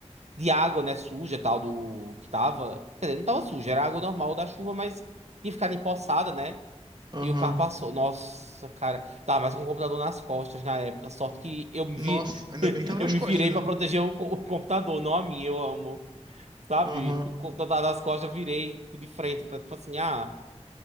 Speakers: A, on the right (about 75°); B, on the right (about 40°).
A: de água, né? Suja, tal, do que tava. Quer dizer, não tava suja, era água normal da chuva, mas ia ficar empoçada, né?
B: Aham.
A: E o carro passou. Nossa, cara. Tava mais com o computador nas costas na época. Sorte que eu me
B: Nossa,
A: vi...
B: ainda
A: <laughs>
B: bem que tava
A: eu
B: nas
A: me
B: costas,
A: virei
B: né?
A: pra proteger o, co- o computador, não a mim. Eu amo. Sabe?
B: Aham.
A: O computador tava nas costas, eu virei tipo, de frente. Pra, tipo assim, ah,